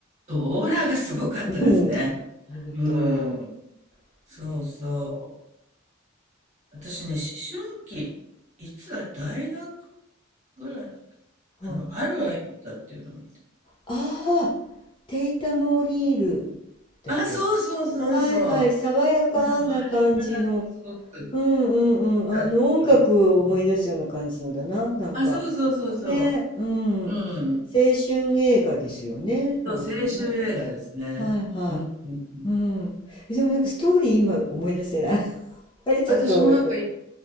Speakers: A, on the right (about 35°); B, on the left (about 25°).
A: そう、オーラがすごかったですね。
B: うん。本当。
A: うん。そうそう。
B: ね、
A: 私ね、
B: あ
A: 思春期、いつだ、大学ぐらいだった。
B: はい。
A: あの、ある愛だったっていうのを見た。
B: ああ、テイタム・オリールだっけ
A: あ、そうそうそうそう。
B: はいはい、爽やかな感じの。
A: うん、あれがなんかすごく
B: うんうんうん。
A: だったんです
B: あの、音楽を思い出すような感じのだな、なんか。
A: あ、そうそうそうそう。
B: ね、うん。
A: うん。
B: 青春映画ですよね、なんかね。
A: そう、青春映画ですね。
B: はいは
A: うん。うんうん
B: い。うん。えでもなんかストーリー今思い出せない。<laughs> あれちょっと思い出せない。
A: 私もなんか